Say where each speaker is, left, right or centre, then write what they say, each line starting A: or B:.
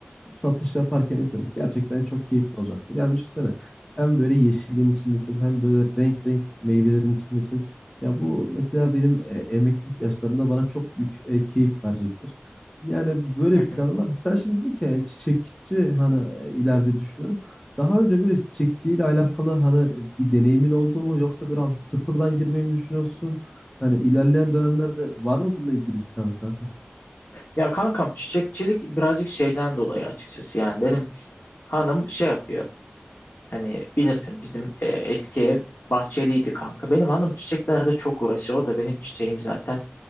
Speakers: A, on the left; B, on the left.
A: satış yaparken izlemek gerçekten çok keyifli olacaktır. Yani düşünsene hem böyle yeşilliğin içindesin hem böyle renk renk meyvelerin içindesin. Ya bu mesela benim e, emeklilik yaşlarımda bana çok büyük e, keyif verecektir. Yani böyle
B: <laughs>
A: bir planım var. Sen şimdi dedin ki e, çiçekçi hani e, ileride düşünüyorum. Daha önce böyle çiçekçiyle alakalı hani bir deneyimin oldu mu yoksa böyle hani sıfırdan girmeyi mi düşünüyorsun? Hani ilerleyen dönemlerde var mı bununla ilgili bir planın kanka?
B: Ya kankam çiçekçilik birazcık şeyden dolayı açıkçası yani benim hanım şey yapıyor hani bilirsin bizim e, eski ev bahçeliydi kanka benim hanım çiçeklerde çok uğraşıyor o da benim çiçeğim zaten